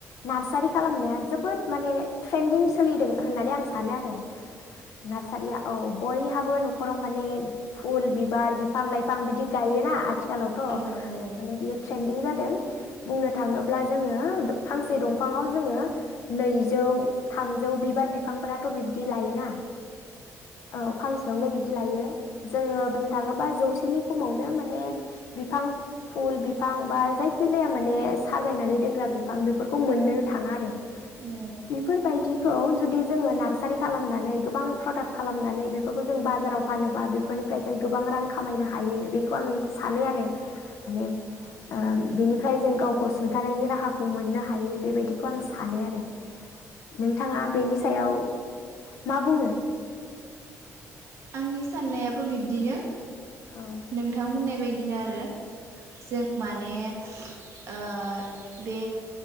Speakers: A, on the left (about 60°); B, on the right (about 50°).
A: नार्सारि खालामनाया जोबोद माने ट्रेन्दिं सोलिदों होननानै आं सानो आरो नार्सारिया औ बय हाबो नखराव माने फुल बिबार बिफां लाइफां बिदि गायोना आथि खालावथ'
B: औ औ
A: माने बियो ट्रेन्दिं जादों बुंनो थाङोब्ला जोङो फांसे दंफाङाव जोङो नैजौ थामजौ बिबार बिफांफोराथ बिब्दि लायोना औ फांसेयावनो बि बिदि लायो जोङो बुंनो थाङोबा जौसेनि खमावनो माने बिफां फुल बिफां बा जायखि जाया माने साजायनानै दोनग्रा बिफां बेफोरखौ मोननोनो थाङा आरो।
B: औ
A: बेफोरबायदिखौ जुदि जोङो नार्सारि खालामनानै गोबां प्रडाक्ट खालामनानै बेफोरखौ जों बाजाराव फानोबा बेफोरनिफ्राय जों गोबां रां खामायनो हायो बेखौ आं सानो आरो माने आ बिनिफ्राय जों गावखौ सुंथानायनि राहाखौ मोननो हायो बेबायदिखौ आं सानो आरो नोंथाङा बेनि सायाव मा बुंनो
B: आंनि साननायाबो बिब्दिनो।
A: औ
B: नोंथां बुंनाय बायदि दिनो आरो जों माने ओ बे